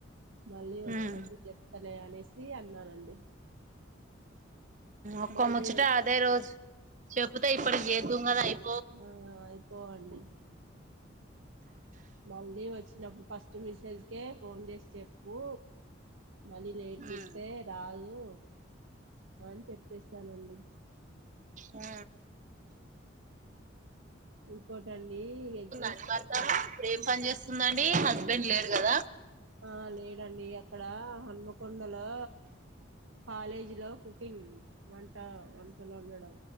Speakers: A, on the right; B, on the right.
A: మళ్ళీ వచ్చినప్పుడు
B: ఉమ్
A: చెప్తారు ల అనేసి అన్నానండి
B: ఒక్క
A: మళ్ళీ
B: ముచ్చట
A: వచ్చి
B: అదే రోజు చెప్పు ఇా ఇప్పుడు ఎ <unintelligible>
A: ఆ అయిపోవండి మళ్ళీ వచ్చినప్పుడు ఫస్ట్ మిసేజ్కే ఫోన్ చేస్ చెప్పూ మళ్ళీ లేట్
B: ఉమ్
A: చెప్తే రాదు ఆన్ చెప్పేసానండి
B: ఆ
A: <unintelligible> కోటండీ ఎగ్గి
B: అండి భర్త ఏం పని చేస్తుందండి హస్బెండ్ లేడు కదా
A: ఆ లేడండి అక్కడా హన్మకొండలో కాలేజీ లో కుకింగ్ వంట వంటలు వండడం